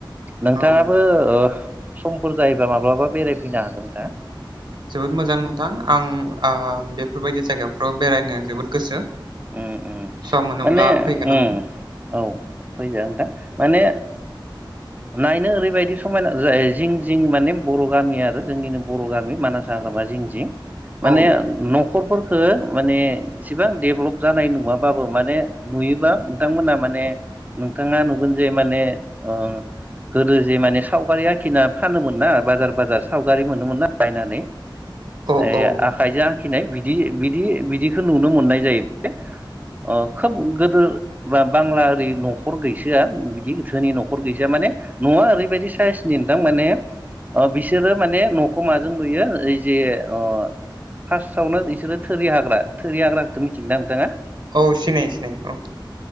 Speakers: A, on the right; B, on the right.
A: नोंथाङाबो
B: औ
A: ओ समफोर जायोबा माब्लाबा बेरायफैनो हागोन दा
B: जोबोद मोजां नोंथां आं आ बेफोरबायदि जायगाफ्राव बेरायनो जोबोद गोसो
A: अम अम
B: सम मोनोब्ला
A: माने‌
B: फैगोन
A: अम
B: आं
A: औ फैजागोन‌ नोंथां माने नायनो ओरैबायदि समायना जायो जिं-जिं माने बर गामि आरो जोंनिनो बर गामि मानास हाग्रामा जिं-जिं माने
B: औ
A: न न'खरफोरखो माने इसेबां डेभलप जानाय नुङाबाबो माने नुयोबा नोंथांमोना माने नोंथाङा नुगोन जे माने ओ गोदो जे माने सावगारि आखिना फानोमोन ना बाजार-बाजार सावगारि मोनोमोन ना बायनानै।
B: औ
A: ए
B: औ
A: आखायजों आखिनाय बिदि बिदि-बिदिखौ नुनो मोननाय जायो। अ खोब गोदोर बा बांला ओरै न'खर गैसोआ बिदिधोनि न'खर गैसोआ माने न'आ ओरैबायदि साइसनि नोंथां माने अ बिसोरो माने न'खौ माजों लुयो ओइ जे अ फार्स्टआवनो बिसोरो थोरि हाग्रा थोरि हाग्राखौथ' मिथि दा नोंथाङा
B: औ सिनायो-सिनायो औ।